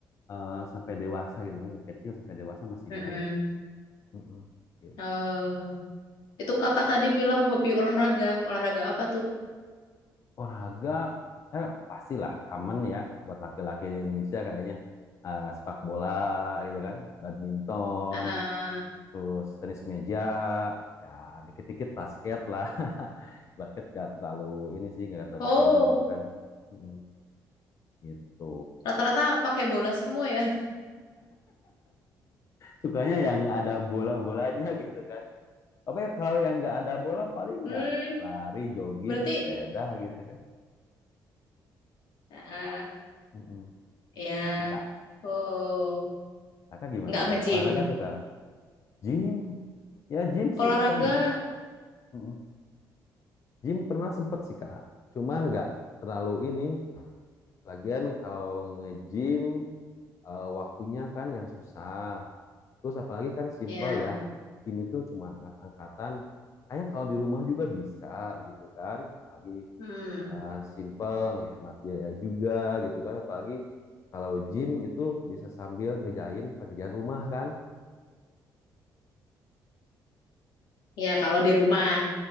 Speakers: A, on the left; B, on the left.
A: eh, sampai dewasa gitu kan, dari kecil sampai dewasa masih
B: Mm-mm.
A: main. Mm-mm, gitu.
B: Oh, itu kakak tadi bilang hobi olahraga. Olahraga apa tuh?
A: Olahraga, saya pastilah common ya buat laki-laki di Indonesia kayaknya Eh, sepak bola gitu kan, badminton,
B: Ah,
A: terus tenis meja, ya dikit-dikit basket lah. <laughs> Basket gak terlalu ini sih, gak terlalu
B: Oh,
A: common gitu kan. Mm-mm, gitu.
B: rata-rata pakai bola semua ya. <laughs>
A: Sukanya yang ada bola-bolanya <laughs> gitu kan. Tapi kalau yang nggak ada bola paling
B: Hmm,
A: ya lari, jogging,
B: berarti
A: sepeda gitu kan.
B: ah,
A: Mm-mm.
B: ya.
A: Nah kak,
B: Oh,
A: kakak gimana?
B: nggak nge-gym.
A: Olahraga suka? Gym, ya gym
B: Olahraga.
A: sih pernah. se- mm. Gym pernah sempet sih Kak. Cuman nggak terlalu ini. Lagian kalau nge-gym eh, waktunya kan yang susah. Terus apalagi kan simple
B: Ya,
A: ya. Gym itu cuma angkatan. Kayaknya kalau di rumah juga bisa gitu kan. Apalagi
B: hmm,
A: eh, simple, ngehemat biaya juga gitu kan. Apalagi kalau gym itu bisa sambil ngejain pekerjaan rumah kan.
B: ya kalau di rumah,